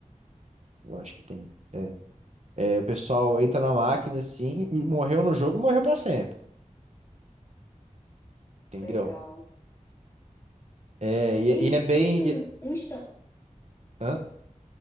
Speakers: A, on the right; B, on the left.
A: eu acho que tem, é, o pessoal entra na máquina assim, e morreu no jogo, morreu pra sempre, entendeu?
B: Legal.
A: É, e,
B: Tem,
A: e é bem,
B: tem um,
A: e-
B: uns. tam-
A: hã?